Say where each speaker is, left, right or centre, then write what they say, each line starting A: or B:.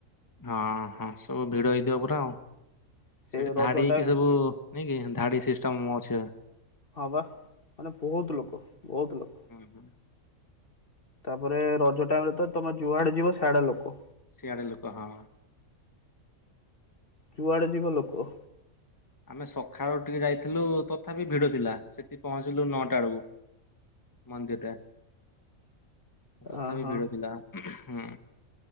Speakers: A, on the left; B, on the left.
A: ହଁ- ହଁ ସବୁ ଭିଡ ହେଇଥିବ ପୁରା ଆଉ।
B: ସେ
A: ସେଠି
B: ରଜ
A: ଧାଡି ହେଇକିି
B: ଟାଇମ
A: ସବୁ ନାଇଁ କି ଧାଡି ସିଷ୍ଟମ ଅଛି।
B: ହଁ ବା ମାନେ ବହୁତ ଲୋକ ବହୁତ ଲୋକ
A: ହୁଁ ହୁଁ
B: ତାପରେ ରଜ ଟାଇମରେ ତ ତମେ ଯୁଆଡେ ଯିବ ସିଆଡେ ଲୋକ।
A: ସିଆଡେ ଲୋକ ହଁ।
B: ଯୁଆଡେ ଯିବ ଲୋକ।
A: ଆମେ ସକାଳୁ ଟିକେ ଯାଇଥିଲୁ ତଥାପି ଭିଡ଼ ଥିଲା ସେଠି ପହଞ୍ଚିଲୁ ନଅଟା ବେଳକୁ ମନ୍ଦିରରେ। ତଥାପି
B: ଓହୋ
A: ଭିଡ଼ ଥିଲା ହଁ।